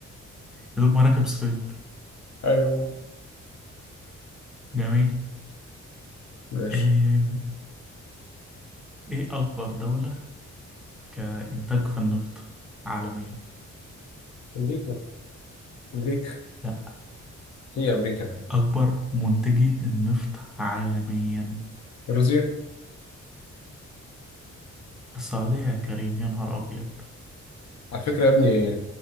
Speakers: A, in the centre; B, on the left.
A: دوب مراكب صيد
B: أيوه
A: جميل
B: ماشي
A: ايه, ايه اكبر دولة كانتاج في النفط عالميا
B: امريكا امريكا
A: لا
B: هي امريكا
A: اكبر منتجي النفط عالميا
B: روسيا
A: السعودية يا كريم يا نهار ابيض
B: على فكره يا ابني